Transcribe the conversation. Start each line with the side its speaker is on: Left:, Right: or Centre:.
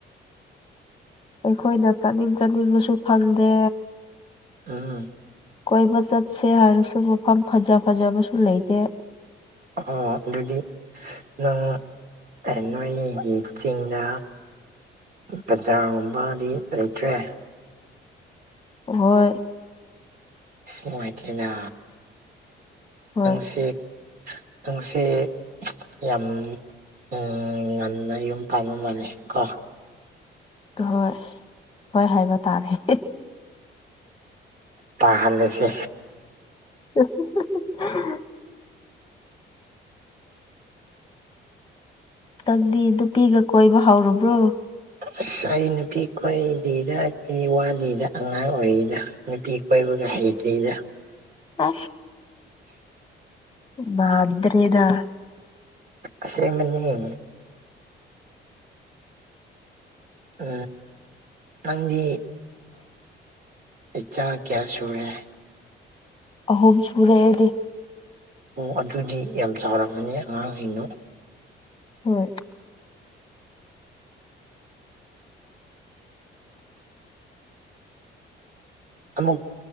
Left: ꯑꯩꯈꯣꯏꯅ ꯆꯠꯅꯤꯡ ꯆꯥꯅꯤꯡꯕꯁꯨ ꯐꯪꯗꯦ
Right: ꯎꯝ
Left: ꯀꯣꯏꯕ ꯆꯠꯁꯦ ꯍꯥꯏꯔꯁꯨ ꯃꯐꯝ ꯐꯖ ꯐꯖꯕꯁꯨ ꯂꯩꯇꯦ
Right: ꯑꯣ ꯔꯦꯗꯤ ꯅꯪ ꯅꯣꯏꯒꯤ ꯆꯤꯡꯗ ꯕꯖꯥꯔꯒꯨꯝꯕꯗꯤ ꯂꯩꯇ꯭ꯔꯦ
Left: ꯍꯣꯏ
Right: ꯁꯤꯃꯥꯏꯊꯦꯗ
Left: ꯍꯣꯏ
Right: ꯅꯪꯁꯤ ꯅꯪꯁ ꯌꯥꯝ ꯎꯝ ꯉꯟꯅ ꯌꯨꯝ ꯄꯥꯟꯂꯝ ꯃꯥꯜꯅꯤ ꯀꯣ
Left: ꯍꯣꯏ ꯍꯣꯏ ꯍꯥꯏꯕ ꯇꯥꯅꯤ
Right: ꯇꯍꯜꯦꯁꯦ
Left: <unintelligible> ꯅꯪꯗꯤ ꯅꯨꯄꯤꯒ ꯀꯣꯏꯕ ꯍꯧꯔꯕ꯭ꯔꯣ
Right: ꯑꯁ ꯑꯩ ꯅꯨꯄꯤ ꯀꯣꯏꯕꯤꯗ ꯑꯩꯈꯣꯏꯒꯤ ꯋꯥꯗꯤꯗ ꯑꯉꯥꯡ ꯑꯣꯏꯔꯤꯗ ꯅꯨꯄꯤ ꯀꯣꯏꯕꯒ ꯍꯥꯏꯗ
Left: ꯑ ꯃꯥꯗ꯭ꯔꯦꯗ
Right: ꯑꯁꯦ ꯃꯅꯤ ꯑ ꯅꯪꯗꯤ ꯏꯆꯥ ꯀꯌꯥ ꯁꯨꯔꯦ
Left: ꯑꯍꯨꯝ ꯁꯨꯔꯦ ꯑꯩꯗꯤ
Right: ꯑꯣ ꯑꯗꯨꯗꯤ ꯌꯥꯝ ꯆꯥꯎꯔꯝꯃꯅꯤ ꯑꯉꯥꯡꯁꯤꯡꯅꯣ
Left: ꯍꯣꯏ
Right: ꯑꯃꯨꯛ